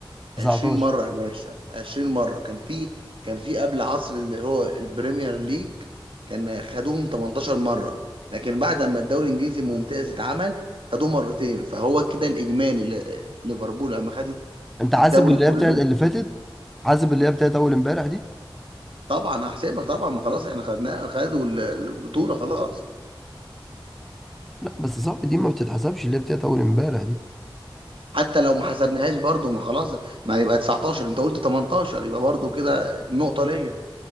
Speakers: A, in the centre; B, on the right.
A: 19
B: 20 مرة يا باشا 20 مرة كان في كان في قبل عصر اللي هو البريمير ليج كان خدوهم 18 مرة لكن بعد ما الدوري الانجليزي الممتاز اتعمل خدوه مرتين فهو كده الاجمالي ل- ليفربول لما خدت
A: انت حاسب
B: الدوري
A: اللي
B: كله
A: هي بتاعت اللي فاتت حاسب اللي هي بتاعت اول امبارح دي
B: طبعا هحسبها طبعا ما خلاص احنا خدناه خدوا ال- البطولة خلاص
A: لا بس صعب دي ما بتتحسبش اللي هي بتاعت اول امبارح دي
B: حتى لو ما حسبناهاش برضه ما خلاص ما يبقى 19 انت قلت 18 يبقى برضه كده النقطة ليا